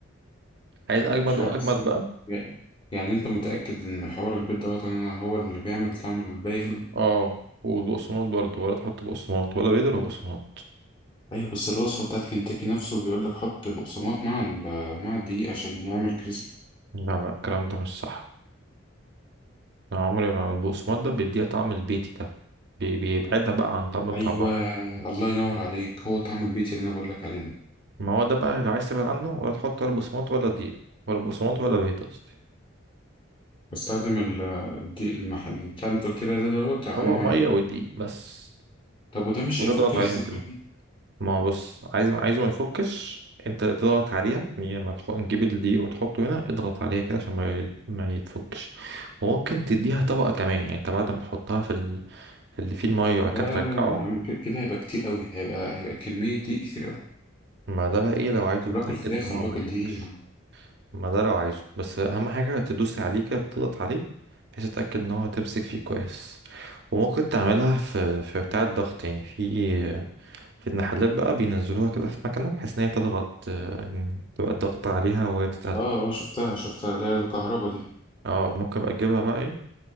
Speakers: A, on the right; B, on the left.
A: عايز اجمد
B: مش عارف
A: واجمد
B: بس-
A: بقى
B: يعني يعني انت متأكد ان حوار البيض دوت انا هو اللي بيعمل طعم البايغ ده
A: اه والبقسماط برضو ولا تحط بقسماط ولا بيض ولا بقسماط
B: ايوه بس الوصفة بتاعت كنتاكي نفسه بيقول لك حط بقسماط مع ال- مع الدقيق عشان يعمل كريسبي
A: لا لا الكلام ده مش صح انا عمري ما البقسماط ده بيديها طعم البيتي ده بي- بيبعدها بقى عن طعم بتاع
B: ايوه
A: بره
B: الله ينور عليك هو طعم البيتي اللي انا بقول لك عليه ده
A: ما هو ده بقى لو عايز تبعد عنه ولا تحط ولا بقسماط ولا دقيق ولا بقسماط ولا بيض قصدي
B: بستخدم ال- الدقيق المحل بتاع اللي انت قلت لي عليه دوت عليه
A: هو
B: ميه
A: ميه
B: بقى
A: ودقيق بس
B: طب وده مش
A: وتضغط
B: هيفك في
A: عليها
B: الزيت
A: كده
B: مني
A: ما هو بص عايز عايزه ما يفكش انت تضغط عليها يعني لما تحط تجيب الدقيق وتحطه هنا اضغط عليها كده عشان ما ي- ما يتفكش وممكن تديها طبقة كمان يعني انت بعد ما تحطها في اللي فيه المية وبعد
B: لا
A: كده
B: لا
A: ترجعه
B: لا لا يا عم كده كده هيبقى كتير قوي هيبقى هيبقى كمية دقيق كتير قوي
A: ما ده بقى ايه لو عايزه
B: ولا
A: تتأكد
B: باكل فراخ
A: ان هو
B: ولا باكل
A: ما يفكش
B: دقيق يا عم
A: ما ده لو عايزه بس اهم حاجة تدوس عليه كده تضغط عليه بحيث تتأكد ان هو تمسك فيه كويس وممكن تعملها في في بتاع الضغط يعني في في المحلات بقى بينزلوها كده في مكنة بحيث ان هي تضغط آه، يعني تبقى الضغط عليها وهي بتتقلب
B: اه اه شفتها شفتها اللي هي الكهربا دي
A: اه ممكن بقى تجيبها بقى ايه